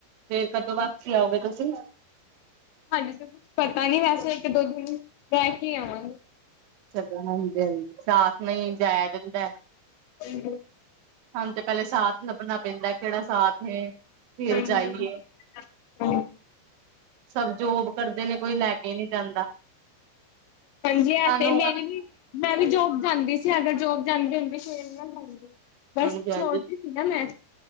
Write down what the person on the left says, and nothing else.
ਹਜੇ ਤੇ ਕੁਛ ਪਤਾ ਨੀ, ਵੈਸੇ ਇੱਕ ਦੋ, ਦਿਨ ਰਹਿ ਕੇ ਆਵਾਂਗੇ।
ਸਹੀ ਗੱਲ।
ਹਮਮ,
ਹੋਰ
ਹਾਂਜੀ, ਆ
ਤੇ, ਮੇਰੀ ਵੀ ਮੈਂ ਵੀ ਜੋਬ ਜਾਂਦੀ ਸੀ, ਅਗਰ ਜੋਬ ਜਾਂਦੀ ਹੁੰ <unintelligible> ਬਸ
ਛੋੜਤੀ ਸੀ ਨਾ ਮੈਂ।